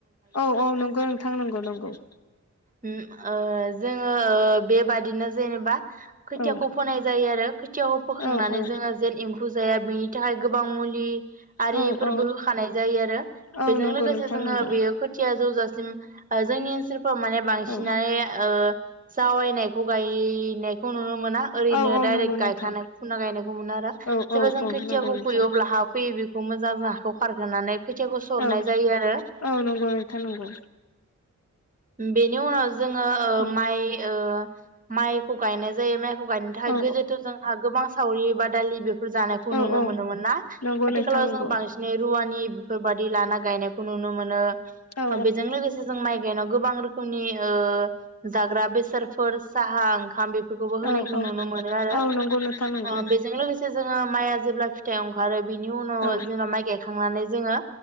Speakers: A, on the left (about 55°); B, on the right (about 25°).
A: औ औ नंग' नोंथां नंग' नंगौ।
B: उम ओ जों ङो ओ बेबादिनो जेनेबा खोथियाखौ
A: औ
B: फोनाय जायो आरो खोथियाखौ फोखांनानै
A: औ औ
B: जोङो जेन एम्फु जाया बेनि थाखाय गोबां मुलि आरिफोरबो
A: औ औ
B: होखानाय जायो आरो
A: औ
B: बेजों
A: नंगौ
B: लोगोसे
A: नोंथां
B: जोङो
A: नंगौ
B: बेयो खोथिया जौजा सिम ओ जोंनि ओनसोल माने बांसिनानो
A: औ
B: ओ जावायनायखौ गायनायखौ नुनो मो ना, ओरैनो
A: औ औ
B: डाइरेक्ट
A: नंगौ
B: गायखानाय
A: नोंथां
B: फुना गायनायखौ मोनो आरो
A: औ
B: जेब्ला
A: औ
B: जों
A: औ
B: खोथियाखौ
A: नंगौ नोंथां
B: फुयो अब्ला हा फैयो बेखौ मोजां जा खौ खारहोनानै खोथियाखौ सरनाय
A: औ
B: जायो आरो
A: औ नंगौ नोंथां नंगौ।
B: बेनि उनाव जोङो ओ
A: औ
B: माइ ओ माइखौ गायनाय जायो। माइखौ गायनो थाखाय
A: औ
B: गोदोथ' जोंहा गोबां सावरि बादालि बे फोर जानायखौ
A: औ
B: नुनो
A: औ
B: मोनोमोन ना?
A: नंगौ
B: आथिखालाव
A: नोंथां नंगौ
B: जों बांसिनै रुवानि बेफोर बादि लाना गायनायखौ नुनो मोनो।
A: औ
B: ओ बेजों लोगोसे जों माइ गायनायाव गोबां रोखोमनि ओ जाग्रा बेसा फोर साहा ओंखाम बे फोरखौबो होनायखौ
A: औ औ
B: नुनो मोनो आरो
A: औ नंगौ नोंथां नंगौ
B: ओ बेजों लोगोसे जोङो। माइआ जेब्ला फिथाइ ओंखारो बिनि उनाव
A: औ
B: जेनेबा माय गायखांनानै जोङो